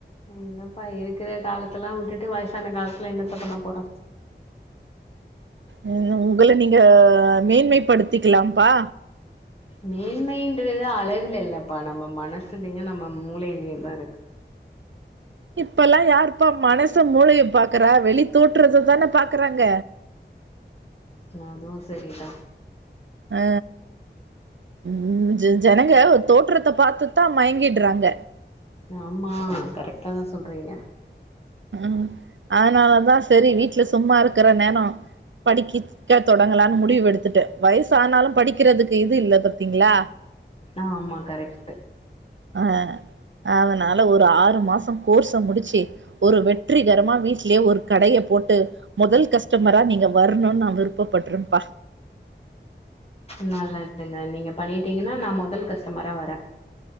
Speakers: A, on the left (about 30°); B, on the right (about 80°).
A: எங்கப்பா இருக்குற காலத்தெல்லா விட்டுட்டு வயசான காலத்துல என்னத்த பண்ண போறோ
B: ம் உங்கள நீங்க மேன்மைப்படுத்திக்கலாப்பா
A: மேன்மைன்றது அழகுல இல்லப்பா நம்ம மனசுலயு நம்ம மூலையிலயுந்தா இருக்கு
B: இப்பல்லா யாருப்பா மனசு மூளைய பாக்குறா வெளி தோற்றத்தான பாக்குறாங்க
A: இன்ன அதுவு சரிதா
B: ஆ ம் ஜனங்க தோற்றத்த பாத்துதா மயங்கிட்றாங்க
A: ஆமா கரெக்டாதா சொல்றீங்க
B: ம் அதனால தா சரி வீட்ல சும்மா இருக்குற நேரோ படிக் க தொடங்கலான்னு முடிவு எடுத்துட்டே வயசு ஆனாலு படிக்கிறதுக்கு இது இல்ல பாத்தீங்ளா
A: ஆமா கரெக்ட்டு
B: ஆ அதனால ஒரு ஆறு மாசோ கோர்ஸ முடிச்சி ஒரு வெற்றிகரமா வீட்லயே ஒரு கடய போட்டு மொதல் கஸ்டமரா நீங்க வரணுன்னு நா விருப்பப் படுறேப்பா
A: நல்லதுங்க நீங்க பண்ணிட்டீங்கன்னா நா மொதல் கஸ்டமரா வர்றே